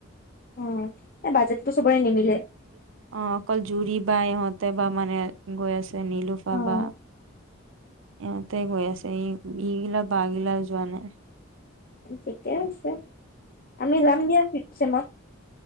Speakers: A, on the left; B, on the right.
A: অঁ এই বাজেটটো চবৰে নিমিলে।
B: অঁ অকল জুৰি বাই ইহঁতে বা মানে গৈ আছে নলোফা
A: অ',
B: বা। ইিহঁতে গৈ আছে এই এইগিলা বহাগিলা যোৱা নাই।
A: ঠিকে আছে আমি যাম দিয়া ফিপ চেমত।